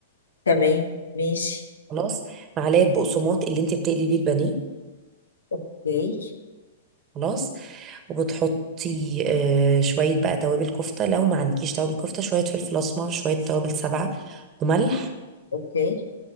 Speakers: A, on the left; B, on the right.
A: تمام ماشي
B: خلاص معلقه بقسماط اللي انت بتقلي بيه البانيه
A: اوكي
B: خلاص وبتحطي آه شويه بقى توابل كفته لو ما عندكيش توابل كفته شويه فلفل اسمر شويه توابل سبعه وملح
A: اوكي